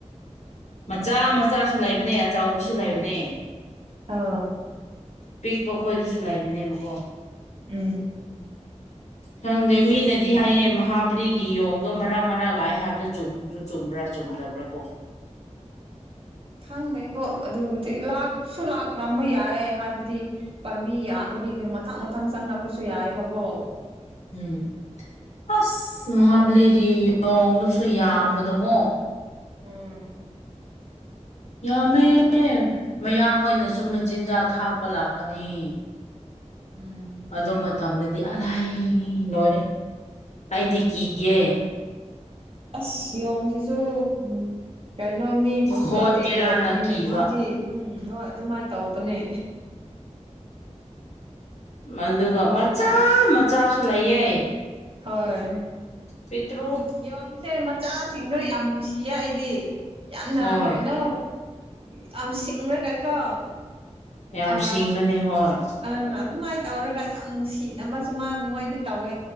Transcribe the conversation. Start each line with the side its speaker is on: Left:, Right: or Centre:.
Left: ꯃꯆꯥ ꯃꯆꯥꯁꯨ ꯂꯩꯕꯅꯦ ꯑꯆꯧꯕꯁꯨ ꯂꯩꯕꯅꯦ
Right: ꯑ
Left: ꯄꯤꯛꯄ ꯈꯣꯏꯗꯨꯁꯨ ꯂꯩꯕꯅꯦꯕꯀꯣ
Right: ꯎꯝ
Left: ꯈꯪꯗꯦ ꯃꯤꯅꯗꯤ ꯍꯥꯏꯌꯦ ꯃꯍꯥꯕꯂꯤꯒꯤ ꯌꯣꯡꯗꯣ ꯃꯔꯥꯛ ꯃꯔꯥꯛ ꯂꯥꯛꯑꯦ ꯍꯥꯏꯕꯗ ꯆꯨꯝ ꯑꯗꯨ ꯆꯨꯝꯕ꯭ꯔꯥ ꯆꯨꯝꯗꯕ꯭ꯔꯥ ꯀꯣ
Right: ꯈꯪꯗꯦꯕꯣ ꯑꯗꯨꯕꯨꯗꯤ ꯂꯥꯛꯁꯨ ꯂꯥꯛꯉꯝꯕ ꯌꯥꯏꯌꯦ ꯍꯥꯏꯕꯗꯤ ꯄꯥꯝꯕꯤ ꯌꯥꯝꯕꯗꯤ ꯃꯊꯪ ꯃꯊꯪ ꯆꯪꯪꯔꯛꯄꯁꯨ ꯌꯥꯏꯑꯕꯀꯣ
Left: ꯎꯝ ꯑꯁ ꯃꯍꯥꯕꯂꯤꯒꯤ ꯂꯣꯡꯗꯨꯁꯨ ꯌꯥꯝꯕꯗꯣꯀꯣ
Right: ꯎꯝ
Left: ꯌꯥꯝꯃꯦ ꯃꯌꯥꯡꯈꯣꯏꯅꯁꯨ ꯃꯆꯤꯟꯖꯥꯛ ꯊꯥꯛꯄ ꯂꯥꯛꯀꯅꯤ
Right: ꯎꯝ
Left: ꯑꯗꯨ ꯃꯇꯝꯗꯗꯤ ꯑꯂꯥꯏ ꯂꯣꯏꯔꯦ ꯑꯩꯗꯤ ꯀꯤꯌꯦ
Right: ꯑꯁ ꯌꯣꯡꯁꯤꯁꯨ ꯎꯝ ꯀꯩꯅꯣ ꯃꯤꯕꯨꯁꯨ
Left: ꯈꯣꯠꯀꯦꯔꯥꯅ
Right: ꯑꯇꯦꯛ ꯇꯧꯕꯅꯤꯅꯦ
Left: ꯀꯤꯕ
Right: ꯃꯥꯗꯤ ꯎꯝ ꯍꯣꯏ ꯑꯗꯨꯃꯥꯏ ꯇꯧꯄꯅꯦ
Left: ꯑꯗꯨꯒ
Right: ꯃꯣꯏꯕꯨ
Left: ꯃꯆꯥ ꯃꯆꯥꯁꯨ ꯂꯩꯌꯦ
Right: ꯍꯣꯏ
Left: ꯄꯤꯇ꯭ꯔꯨ
Right: ꯌꯣꯡꯁꯦ ꯃꯆꯥꯁꯤꯡꯗꯣ ꯌꯥꯝ ꯅꯨꯡꯁꯤꯌꯦ ꯑꯩꯗꯤ ꯌꯥꯝꯅ
Left: ꯍꯣꯏ
Right: ꯀꯩꯅꯣ ꯌꯥꯝ ꯁꯤꯡꯂꯒ ꯀꯣ
Left: ꯌꯥꯝ
Right: ꯑ
Left: ꯁꯤꯡꯕꯅꯦ ꯍꯣꯏ
Right: ꯑꯥ ꯑꯗꯨꯃꯥꯏꯅ ꯇꯧꯔꯒ ꯌꯥꯝ ꯅꯨꯡꯁꯤꯅꯕꯁꯨ ꯃꯥꯁꯨ ꯃꯣꯏꯗꯤ ꯇꯧꯋꯦ